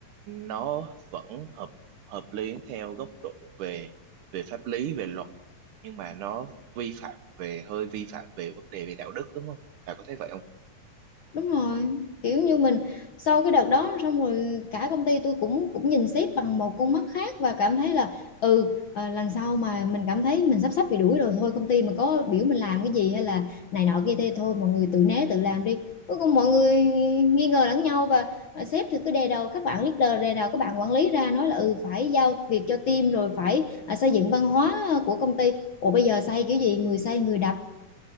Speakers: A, on the right; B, on the left.
A: nó vẫn hợp hợp lý theo góc độ về về pháp lý về luật nhưng mà nó vi phạm về hơi vi phạm về vấn đề về đạo đức đúng không bà có thấy vậy không
B: đúng rồi kiểu như mình sau cái đợt đó xong rồi cả công ty tôi cũng cũng nhìn sếp bằng một con mắt khác và cảm thấy là ừ ờ, lần sau mà mình cảm thấy mình sắp sắp bị đuổi rồi thôi công ty mà có biểu mình làm cái gì hay là này nọ kia thế thôi mọi người tự né tự làm đi cuối cùng mọi người nghi ngờ lẫn nhau và ờ, sếp thì cứ đè đầu các bạn leader đè đầu các bạn quản lý ra nói là ừ phải giao việc cho team rồi phải à, xây dựng văn hóa của công ty ủa bây giờ xây kiểu gì người xây người đập